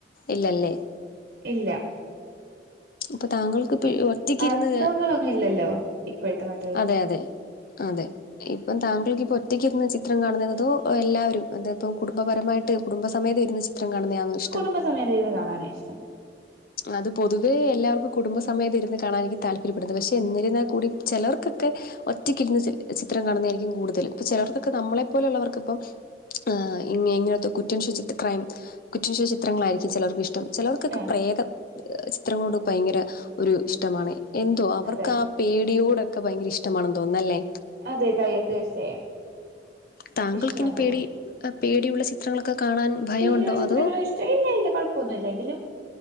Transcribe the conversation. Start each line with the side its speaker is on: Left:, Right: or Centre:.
Left: ഇല്ലല്ലേ.
Right: ഇല്ല
Left: അപ്പൊ താങ്കൾക്ക് ഇപ്പ
Right: ഇ-
Left: ഒറ്റക്ക് ഇരുന്ന്
Right: അർത്ഥങ്ങളൊന്നും ഇല്ലല്ലോ ഇപ്പോഴത്തെ പാട്ടുകളിലൊന്നും
Left: അതെ അതെ. അതെ ഇപ്പം താങ്കൾക്ക് ഇപ്പോ ഒറ്റക്കിരുന്ന് ചിത്രം കാണുന്നത് അതോ എല്ലാവരും അ ഇപ്പോ കുടുംബപരമായിട്ട് കുടുംബ സമേതം ഇരുന്ന് ചി ത്രം കാണുന്നെ ആണോ ഇഷ്ടം
Right: കുടുംബസമേതം ഇരുന്ന് കാണാനാ ഇഷ്ടം
Left: അത് പൊതു തുവെ എല്ലാവർക്കും കുടുംബസമേതം ഇരുന്ന് കാണാൻ ആരിക്കും താല്പര്യപ്പെടുന്നത് പക്ഷേ എന്നിരുന്നാൽ കൂടി ചിലോർക്കൊക്കെ. ഒറ്റക്കിരുന്ന് ചിത്രം കാണുന്നതായിരിക്കും കൂടുതൽ ഇപ്പ ചിലർക്കൊക്കെ നമ്മളെ പോലെയുള്ളവർക്ക് ഇപ്പം. ആഹ് ഇങ്ങ ഇങ്ങനത്തെ കുറ്റൻഷിത്ര ക്രൈം കുറ്റൻഷ ചിത്രങ്ങളായിരിക്കും ചിലർക്ക് ഇഷ് ഇഷ്ടം ചിലവർക്കൊക്കെ
Right: ആഹ്
Left: പ്രേത ചിത്രങ്ങളോട് ഭയങ്കര ഒരു ഇഷ്ടമാണ്. എന്തുവാ അവർക്കാ
Right: അതെ അതെ
Left: പേടിയോടൊക്കെ ഭയങ്കര ഇഷ്ടമാണെന്ന് തോന്നുന്നല്ലേ.
Right: അതെ തീർച്ചയായും.
Left: താങ്കൾക്കിന്
Right: ഇഷ്ടമാ
Left: പേടി
Right: തോന്നുന്നു
Left: പേടിയുള്ള ചിത്രങ്ങളൊക്കെ കാണാൻ ഭയമുണ്ടോ
Right: പേടിയുള്ള ചിത്രങ്ങളോ
Left: അതോ.
Right: ഇല്ല ഇല്ല കുഴപ്പമൊന്നുല്ല എങ്കിലും